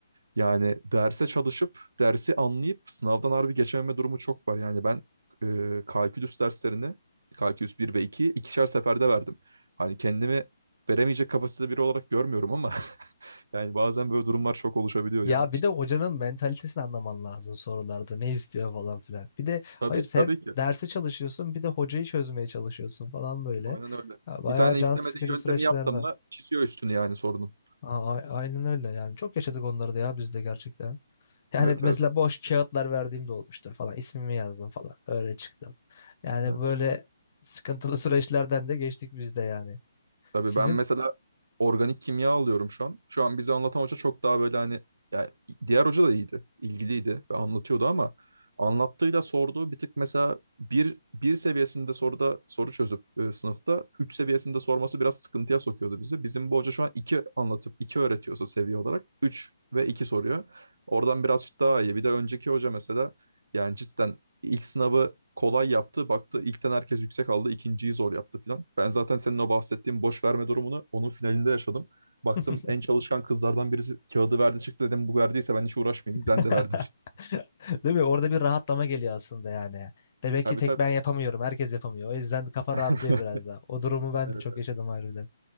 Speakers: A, on the right; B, on the left.
A: yani derse çalışıp, dersi anlayıp sınavdan harbi geçememe durumu çok var. Yani ben e, kalkülüs derslerini, kalkülüs bir ve 2 ikişer seferde verdim. Hani kendimi veremeyecek kapasitede biri olarak görmüyorum ama <laughs> yani bazen böyle durumlar çok oluşabiliyor
B: Ya
A: ya.
B: bir
A: İşte.
B: de hocanın mentalitesini anlaman lazım sorularda. Ne istiyor falan filan. Bir de
A: Tabii
B: hayır
A: ki,
B: hem
A: tabii ki.
B: dersi çalışıyorsun bir de hocayı çözmeye çalışıyorsun falan böyle.
A: Aynen öyle.
B: Ya bayağı
A: Bir tane
B: can
A: istemediği
B: sıkıcı
A: yöntemi
B: süreçler
A: yaptın
B: var.
A: mı çiziyor üstünü yani sorunun.
B: Aa, a- aynen öyle yani. Çok yaşadık onları da ya biz de gerçekten. Yani
A: Evet
B: mesela
A: evet.
B: boş kağıtlar verdiğim de olmuştur falan. İsmimi yazdım falan. Öyle çıktım. Yani
A: Evet.
B: böyle sıkıntılı <laughs> süreçlerden de geçtik biz de yani.
A: Tabii
B: Sizin
A: ben mesela organik kimya alıyorum şu an. Şu an bize anlatan hoca çok daha böyle hani yani diğer hoca da iyiydi, ilgiliydi ve anlatıyordu ama anlattığıyla sorduğu bir tık mesela bir, bir seviyesinde soruda soru çözüp e, sınıfta üç seviyesinde sorması biraz sıkıntıya sokuyordu bizi. Bizim bu hoca şu an iki anlatıp iki öğretiyorsa seviye olarak üç ve iki soruyor. Oradan biraz daha iyi. Bir de önceki hoca mesela yani cidden İlk sınavı kolay yaptı. Baktı ilkten herkes yüksek aldı. ikinciyi zor yaptı filan. Ben zaten senin o bahsettiğin boş verme durumunu onun finalinde yaşadım. Baktım
B: <laughs>
A: en çalışkan kızlardan birisi kağıdı verdi çıktı dedim bu verdiyse ben hiç uğraşmayayım.
B: <laughs>
A: Ben de verdim çıktı.
B: Değil mi? Orada bir rahatlama geliyor aslında yani. Demek
A: Tabii
B: ki tek
A: tabii.
B: ben yapamıyorum. Herkes yapamıyor. O yüzden kafa
A: <laughs>
B: rahatlıyor biraz da. O durumu ben
A: Evet,
B: de çok yaşadım harbiden.